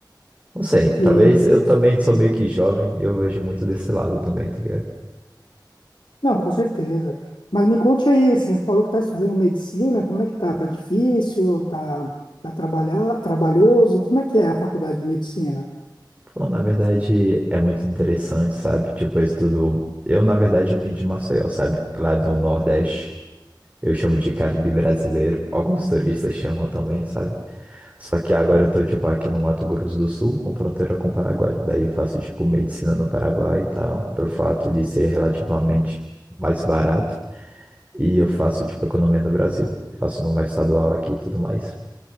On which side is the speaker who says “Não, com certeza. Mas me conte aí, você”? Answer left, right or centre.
Left